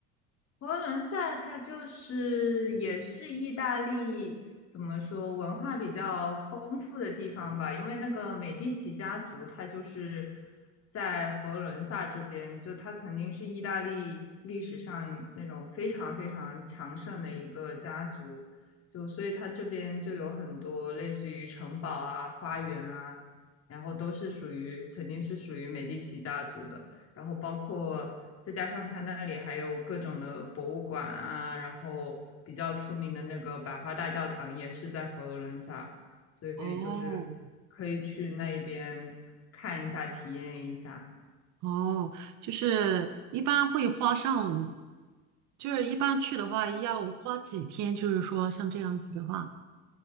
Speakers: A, on the left; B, on the right.
A: 佛罗伦萨它就是也是意大利怎么说文化比较丰富的地方吧，因为那个美第奇家族，它就是在佛罗伦萨这边，就它曾经是意大利历史上那种非常非常强盛的一个家族，就所以它这边就有很多类似于城堡啊、花园啊，然后都是属于曾经是属于美第奇家族的。然后包括再加上它那里还有各种的博物馆啊，然后比较出名的那个百花大教堂也是在佛罗伦萨，所以就是可以去那一边看一下，
B: 哦
A: 体验一下。
B: 哦，就是一般会花上，就是一般去的话要花几天，就是说像这样子的话，